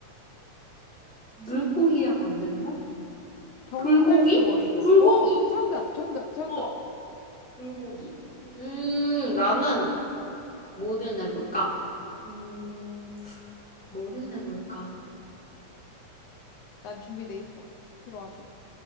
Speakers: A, in the centre; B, on the left.
A: 물고기의 반대말?
B: 정말
A: 불고기?
B: 쉬워, 이거.
A: 불고기.
B: 어, 정답, 정답, 정답.
A: 어. 불고기. 음, 나는 뭐를 내볼까? 음, 뭐를 내볼까?
B: 난 준비돼 있어. 들어와 줘.